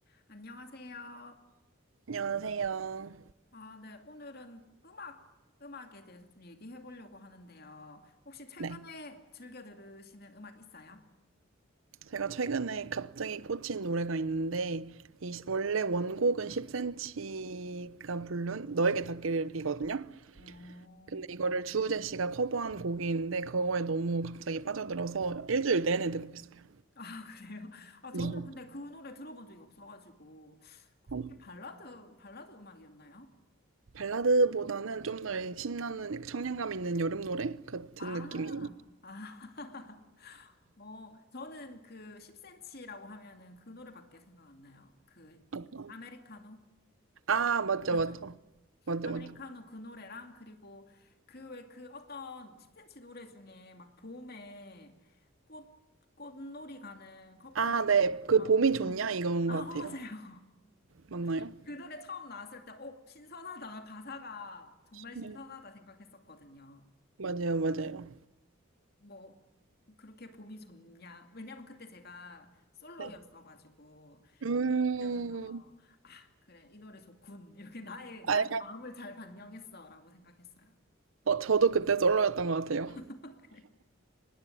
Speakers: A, on the left; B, on the right.
A: 안녕하세요.
B: 안녕하세요.
A: 아, 네. 오늘은 음악, 음악에 대해서 좀 얘기해 보려고 하는데요. 혹시 최근에
B: 네.
A: 즐겨 들으시는 음악 있어요?
B: 제가 최근에 갑자기 꽂힌 노래가 있는데, 이 시- 원래 원곡은 10cm가 부른 너에게 닿길이거든요.
A: 어,
B: 근데 이거를 주우재 씨가 커버한 곡인데, 그거에 너무 갑자기 빠져들어서 일주일 내내 듣고 있어요.
A: 아, <laughs> 그래요? 아, 저는
B: 근데 이게
A: 근데 그 노래 들어본 적이 없어가지고. 그게
B: 참
A: 발라드, 발라드 음악이었나요?
B: 발라드보다는 좀 더 신나는 청량감 있는 여름 노래 같은
A: 아,
B: 느낌이
A: 아. <laughs> 어, 저는 그 10cm라고 하면은 그 노래밖에 생각 안 나요. 그,
B: 어떤?
A: 아메리카노?
B: 아, 맞죠,
A: 맞죠?
B: 맞죠. 맞죠,
A: 아메리카노
B: 맞죠.
A: 그 노래랑 그리고 그 왜 그 어떤 10cm 노래 중에 막 봄에 꽃 꽃놀이 가는 커플
B: 아, 네. 그
A: 막
B: 봄이
A: 이렇게
B: 좋냐?
A: 욕...
B: 이건
A: 아,
B: 것
A: 어,
B: 같아요.
A: 맞아요.
B: 맞나요?
A: <laughs> 그 노래 처음 나왔을 때, 어, 신선하다. 가사가 정말
B: 네.
A: 신선하다 생각했었거든요.
B: 맞아요, 맞아요.
A: 뭐, 그렇게 봄이 좋냐. 왜냐면 그때 제가 솔로였어가지고,
B: 네. 음,
A: 그러면서, 아, 그래, 이 노래 좋군. 이렇게 나의, 나의
B: 아, 약간,
A: 마음을 잘 반영했어라고 생각했어요.
B: 어, 저도 그때 솔로였던 것 같아요.
A: <laughs> 그래.